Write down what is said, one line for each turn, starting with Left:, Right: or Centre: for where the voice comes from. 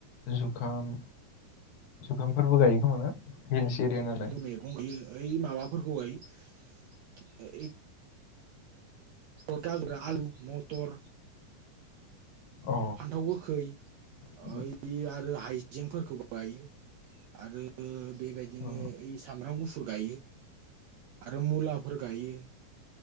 Left: जुखाम जुखामफोरबो गाइयो खोमा ना? हिल्स एरिया नालाय?
Right: ओरै मैगं गाइयो ओइ माबाफोरखौहाय ओ ओइ <inaudible> आलु मटर
Left: औ
Right: फान्थाव गोखै
Left: औ
Right: ओइ आरो हाइजेंफोरखौ गाइयो आरो बेबायदिनो
Left: औ
Right: ओइ सामब्राम गुफुर गाइयो आरो मुलाफोर गाइयो।